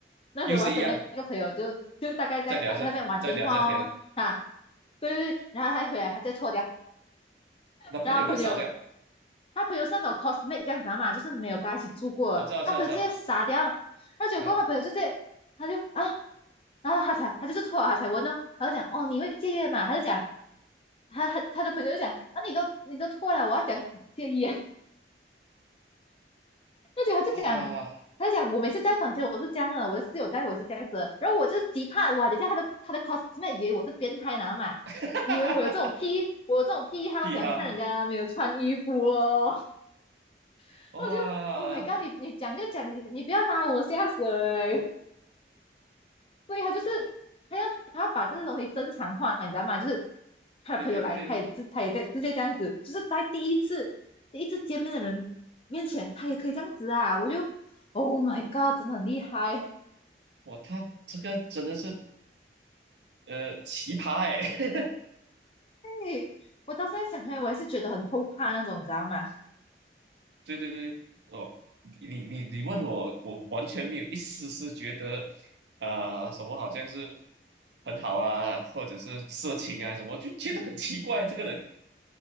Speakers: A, on the left (about 30°); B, on the right (about 80°).
A: 那时候我还跟那个朋友就就大概在啊在那边玩电话哦哈，
B: 又是一样，在聊这在聊这天，
A: 对对对，然后他一回来他再错掉，
B: 那朋友会傻掉，
A: 然后朋友他朋友是那种 cosmate 这样子嘛，就是没有跟他一起住过他朋友直接傻掉，
B: 我知道知道知道，
A: 那结果他朋友就直接他就啊，
B: 啊，
A: 然后他才他就是错了，他才问哦，他就讲哦你会介意嘛，他就讲他他他的朋友就讲啊你都你都错了，我要讲戒烟，那就他就讲，
B: 哇，<laughs>
A: 他就讲我每次在房间我是这样的，我的室友在我是这样子然后我就是极怕哇，等一下他的他的 cosmate 以为我是变态男嘛，
B: 哈哈
A: 以为我有这种癖，我有这种癖好，
B: 癖哈，
A: 喜欢看人家没有穿衣服哦，<laughs>
B: 哇，
A: 然后我就 Oh my god，你你讲就讲，你你不要拉我下水。对他就是他要他要把这个东西正常化，你知道吗？就是他的朋友来，
B: 对对对对，
A: 他也自他也在直接这样子，就是在第一次第一次见面的人面前，他也可以这样子啊！我就 Oh my God，真的很厉害！<laughs>
B: 哇，他这个真的是呃奇葩哎，
A: 嘿我到现在想回来我还是觉得很后怕那种，你知道吗？
B: 对对对，哦，你你你你问我，我完全没有一丝丝觉得，啊、什么好像是很好啊，或者是色情啊什么，就觉得很奇怪，这个人